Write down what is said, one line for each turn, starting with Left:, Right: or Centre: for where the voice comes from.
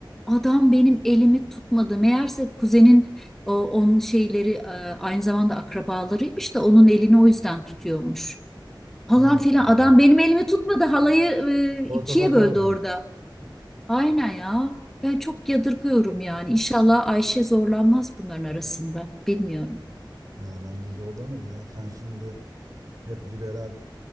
Centre: Adam benim elimi tutmadı. Meğerse kuzenin o, onun şeyleri e, aynı zamanda akrabalarıymış da onun elini o yüzden tutuyormuş. Falan
Right: Allah
Centre: filan.
Right: Allah.
Centre: Adam benim elimi tutmadı. Halayı e,
Right: Ortada
Centre: ikiye
Right: kaldın.
Centre: böldü orada. Aynen ya. Ben çok yadırgıyorum yani. İnşallah Ayşe zorlanmaz bunların arasında. Bilmiyorum.
Right: Ya bence zorlanır ya. Sen şimdi hep liberal,